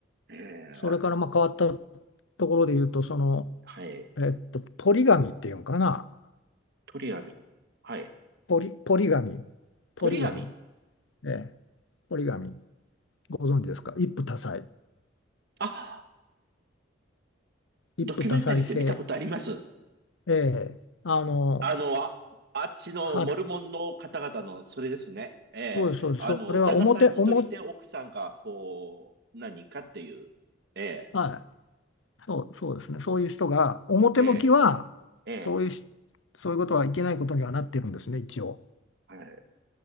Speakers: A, on the right (about 55°); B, on the left (about 70°).
A: ええ
B: それからまあ変わったところで言うと、その、
A: はい。
B: えっと、ポリガミっていうんかな。
A: 鳥紙。はい。
B: ポリ、ポリガミ。ポリガミ。
A: ポリ紙。
B: ええ。ポリガミ。ご存知ですか一夫多妻。
A: あ、
B: 一夫多妻制。
A: ドキュメンタリーって見たことあります。
B: ええ。あの、
A: あの、あ、あっちのモルモンの方々のそれですね。
B: は、
A: ええ。
B: そうです、そうです。
A: あの、
B: それは表、
A: 旦那さん一人で奥さんが、
B: 表、
A: こう、何かっていう。ええ、
B: はいそう、そうですね、そういう人が、表向きはそういうし、
A: ええ、ええ、
B: そういうことはいけないことにはなってるんですね、一応。
A: はい。